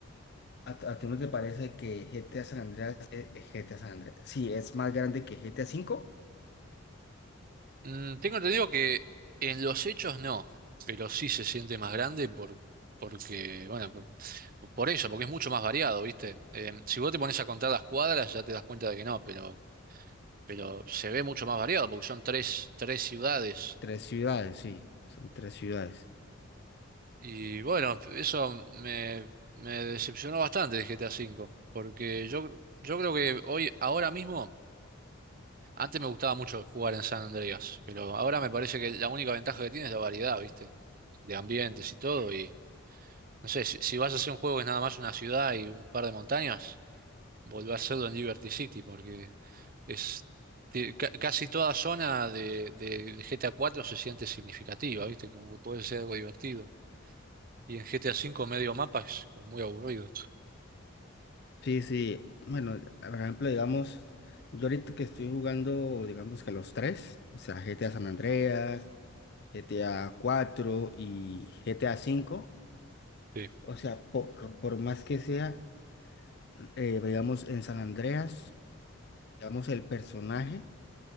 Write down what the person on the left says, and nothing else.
¿A, a ti no te parece que GTA San Andreas es es GTA San Andreas? Sí, es más grande que GTA cinco.
Tres ciudades, sí, son tres ciudades.
Sí, sí. Bueno, por ejemplo, digamos, yo ahorita que estoy jugando, digamos que los tres, o sea, GTA San Andreas, GTA cuatro y GTA cinco,
o sea, por, por más que sea, eh, digamos, en San Andreas, digamos, el personaje,